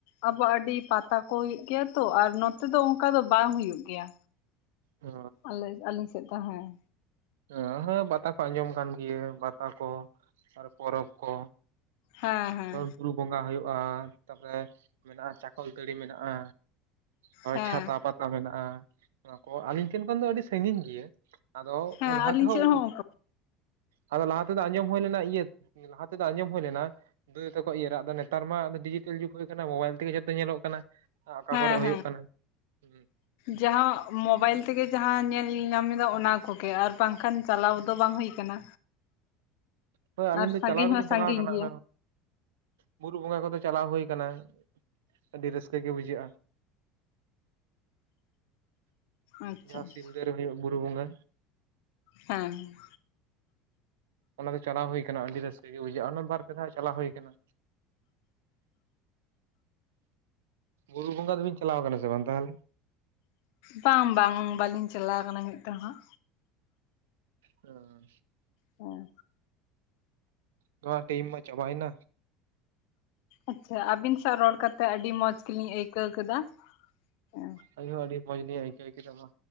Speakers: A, on the left; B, on the right.
A: ᱟᱵᱚ ᱟᱹᱰᱤ ᱯᱟᱛᱟ ᱠᱚ ᱦᱩᱭᱩᱜ ᱜᱮᱭᱟ ᱛᱚ ᱟᱨ ᱱᱚ ᱛᱮᱫᱚ ᱚᱱᱠᱟ ᱫᱚ ᱵᱟᱝ ᱦᱩᱭᱩᱜ ᱜᱮᱭᱟ
B: ᱚ
A: ᱟᱞᱮ ᱟᱹᱞᱤᱧ ᱥᱮᱫ ᱫᱚ ᱦᱮᱸ,
B: ᱦᱮᱸ ᱦᱮᱸ ᱵᱟᱛᱟ ᱠᱚ ᱟᱸᱡᱚᱢ ᱠᱟᱱ ᱜᱮᱭᱟ ᱵᱟᱛᱟ ᱠᱚ ᱟᱨ ᱯᱚᱨᱚᱵᱽ ᱠᱚ᱾
A: ᱦᱮᱸ ᱦᱮᱸ
B: ᱡᱮᱢᱚᱱ ᱵᱩᱨᱩ ᱵᱚᱸᱜᱟ ᱦᱩᱭᱩᱜ-ᱟ ᱛᱟᱯᱚᱨᱮ ᱢᱮᱱᱟᱜ-ᱟ ᱪᱟᱠᱚᱞ ᱛᱟᱹᱲᱤ ᱢᱮᱱᱟᱜ-ᱟ᱾ ᱦᱳᱭ
A: ᱦᱮᱸ
B: ᱪᱷᱟᱛᱟ ᱯᱟᱛᱟ ᱢᱮᱱᱟᱜ-ᱟ ᱚᱱᱟ ᱠᱚ ᱟᱹᱞᱤᱧ ᱴᱷᱮᱱ ᱠᱷᱚᱱ ᱫᱚ ᱟᱹᱰᱤ ᱥᱟᱹᱜᱤᱧ ᱜᱮᱭᱟ ᱟᱫᱚ
A: ᱦᱮᱸ
B: ᱞᱟᱦᱟ
A: ᱟᱹᱞᱤᱧ
B: ᱛᱮᱦᱚᱸ
A: ᱥᱮᱫ ᱦᱚᱸ ᱚᱱᱠᱟ
B: ᱟᱫᱚ ᱞᱟᱦᱟ ᱛᱮᱫᱚ ᱟᱸᱡᱚᱢ ᱦᱩᱭ ᱞᱮᱱᱟ ᱤᱭᱟᱹ, ᱞᱟᱦᱟᱛᱮ ᱫᱚ ᱟᱸᱡᱚᱢ ᱦᱩᱭ ᱞᱮᱱᱟ? ᱫᱩ ᱛᱟᱠᱚᱣᱟᱜ ᱤᱭᱟᱹ ᱨᱮ, ᱟᱫᱚ ᱱᱮᱛᱟᱨ ᱢᱟ ᱰᱤᱡᱤᱴᱮᱞ ᱡᱩᱜᱽ ᱦᱩᱭ ᱠᱟᱱᱟ ᱢᱳᱵᱟᱭᱤᱞ ᱛᱮᱜᱮ ᱡᱚᱛᱚ ᱧᱮᱞᱚᱜ ᱠᱟᱱᱟ᱾ ᱟ ᱟᱠᱟ
A: ᱦᱮᱸ
B: ᱠᱚᱨᱮ ᱦᱩᱭᱩᱜ
A: ᱦᱮᱸ
B: ᱠᱟᱱᱟ ᱦᱮᱸ᱾
A: ᱡᱟᱦᱟᱸ ᱢᱚᱵᱟᱭᱤᱞ ᱛᱮᱜᱮ ᱡᱟᱦᱟᱸ ᱧᱮᱞ ᱧᱟᱢ ᱮᱫᱟ ᱚᱱᱟ ᱠᱚᱜᱮ ᱟᱨ ᱵᱟᱝ ᱠᱷᱟᱱ ᱪᱟᱞᱟᱣ ᱫᱚ ᱵᱟᱝ ᱦᱩᱭ ᱠᱟᱱᱟ᱾
B: ᱦᱳᱭ ᱟᱹᱞᱤᱧ
A: ᱟᱨ
B: ᱫᱚ
A: ᱥᱟᱺᱜᱤᱧ
B: ᱪᱟᱞᱟᱣ ᱫᱚᱞᱤᱧ
A: ᱦᱚᱸ ᱥᱟᱺᱜᱤᱧ
B: ᱪᱟᱞᱟᱣ ᱠᱟᱱᱟ,
A: ᱜᱮᱭᱟ
B: ᱵᱩᱨᱩ ᱵᱚᱸᱜᱟ ᱠᱚᱫᱚ ᱪᱟᱞᱟᱣ ᱦᱩᱭ ᱠᱟᱱᱟ᱾ ᱟᱹᱰᱤ ᱨᱟᱹᱥᱠᱟᱹ ᱜᱮ ᱵᱩᱡᱷᱟᱹᱜ-ᱟ᱾
A: ᱟᱪᱪᱷᱟ
B: ᱡᱟᱸᱦᱟ
A: ᱟᱪᱪᱷᱟ
B: ᱥᱤᱞᱫᱟᱹ ᱨᱮ ᱦᱩᱭᱩᱜ ᱵᱩᱨᱩ ᱵᱚᱸᱜᱟ᱾
A: ᱦᱮᱸ,
B: ᱚᱱᱟ ᱫᱚ ᱪᱟᱞᱟᱣ ᱦᱩᱭ ᱠᱟᱱᱟ ᱟᱹᱰᱤ ᱨᱟᱹᱥᱠᱟᱹ ᱜᱮ ᱵᱩᱡᱷᱟᱹᱜ-ᱟ ᱚᱱᱟ ᱵᱟᱨ ᱯᱮ ᱫᱷᱟᱣ ᱪᱟᱞᱟᱣ ᱦᱩᱭ ᱠᱟᱱᱟ᱾ ᱵᱩᱨᱩ ᱵᱚᱸᱜᱟ ᱫᱚᱵᱤᱱ ᱪᱟᱞᱟᱣ ᱠᱟᱱᱟ ᱥᱮ ᱵᱟᱝ ᱛᱟᱦᱚᱞᱮ?
A: ᱵᱟᱝ ᱵᱟᱝ ᱵᱟᱹᱞᱤᱧ ᱪᱟᱞᱟᱣ ᱠᱟᱱᱟ ᱢᱤᱫ ᱫᱷᱟᱣ ᱦᱚᱸ᱾
B: ᱚ,
A: ᱦᱩᱸ
B: ᱱᱚᱣᱟ ᱴᱤᱢ ᱢᱟ ᱪᱟᱵᱟᱭᱮᱱᱟ᱾
A: ᱟᱪᱪᱷᱟ ᱟᱹᱵᱤᱱ ᱥᱟᱶ ᱨᱚᱲ ᱠᱟᱛᱮᱜ ᱟᱹᱰᱤ ᱢᱚᱸᱡᱽ ᱜᱮᱞᱤᱧ ᱟᱹᱭᱠᱟᱹᱣ ᱠᱮᱫᱟ᱾ ᱦᱮ,
B: ᱟᱞᱤᱧ ᱦᱚᱸ ᱟᱹᱰᱤ ᱢᱚᱸᱡᱽᱞᱤᱧ ᱟᱹᱭᱠᱟᱹᱣ ᱠᱮᱫᱟ ᱢᱟ,